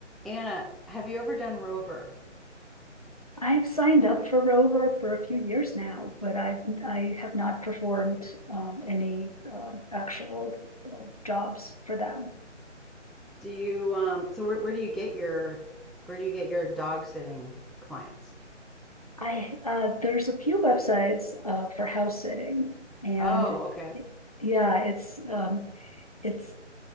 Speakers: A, in the centre; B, on the left (about 30°).
A: Anna, have you ever done Rover?
B: I've signed up for Rover for a few years now, but I've I have not performed um, any uh, actual uh, jobs for them.
A: Do you um so where where do you get your where do you get your dog sitting clients?
B: I uh, there's a few websites uh, for house sitting, and
A: Oh, okay.
B: it- yeah, it's um, it's